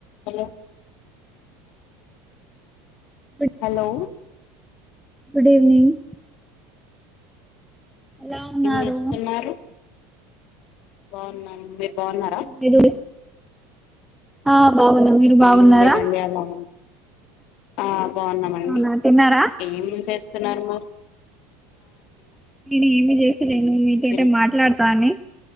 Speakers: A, on the left (about 55°); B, in the centre.
A: Hello
B: good
A: hello
B: good evening ఎలా ఉన్నారు
A: ఏం చేస్తున్నారు బావున్నాను మీరు బాగున్నారా
B: మీరు ఆ బాగున్నా మీరు బాగున్నారా
A: ఎం లేద్ అండి అలా ఉ ఆ బాగున్నామండి
B: అవునా తిన్నారా
A: ఏం చేస్ తున్నారు మురు
B: నేను ఏమి చేసిలేను మీ తోటే
A: తిన్
B: మాట్లాడతా అని